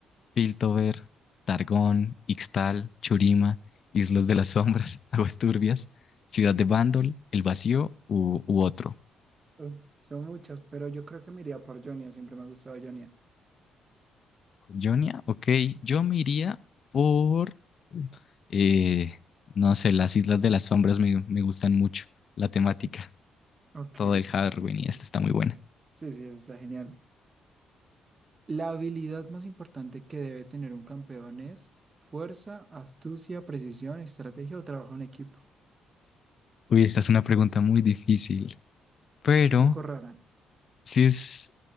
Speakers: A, on the left (about 50°); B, on the right (about 30°).
A: Piltover, Targón, Ixtal, Churima, Islas de las Sombras, <laughs> Aguas Turbias, Ciudad de Bandol, El Vacío u, u otro.
B: Uf, son muchas, pero yo creo que me iría por Jonia, siempre me ha gustado Jonia.
A: Jonia, ok, yo me iría por. eh, no sé, las Islas de las Sombras me, me gustan mucho, la temática.
B: ¿Sí? Ok,
A: todo el Halloween y esta está muy buena.
B: sí, sí, eso está genial. La habilidad más importante que debe tener un campeón es fuerza, astucia, precisión, estrategia o trabajo en equipo.
A: Uy, esta es una pregunta muy difícil, pero
B: Un poco rara.
A: si es,